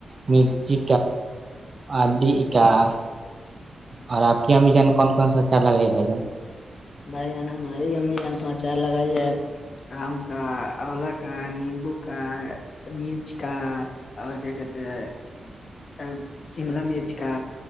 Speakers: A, on the right; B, on the left.
A: مرچی آدی کا ہ اور آپ کی امی جان کون کون <unintelligible> کون ساچا لگے گ بائی جان <unintelligible>
B: بھائی جان ہماری امی جان تو اچار لگاائی جائے آم کا اولا کا نیمبو کا مرچ کا <inaudible> اور کیا کہتے ہیں شملا مرچ کا